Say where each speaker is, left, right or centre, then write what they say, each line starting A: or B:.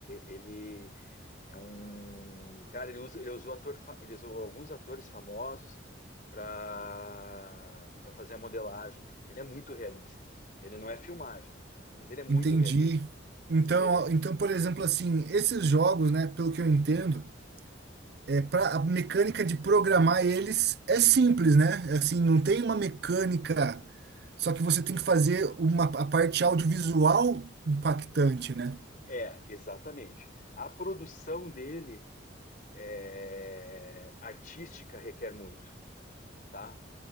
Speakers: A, on the left; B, on the right.
A: ele É um cara, ele usa, ele usou ator, ele usou alguns atores famosos para para fazer a modelagem. Ele é muito realista. Ele não é filmagem, mas ele é muito
B: Entendi.
A: realista.
B: Então,
A: E ele
B: então, por exemplo, assim, esses jogos, né, pelo que eu entendo, é pra, a mecânica de programar eles é simples, né? É Assim, não tem uma mecânica, só que você tem que fazer uma a parte audiovisual impactante, né?
A: é exatamente. A produção dele é, artística requer muito, tá?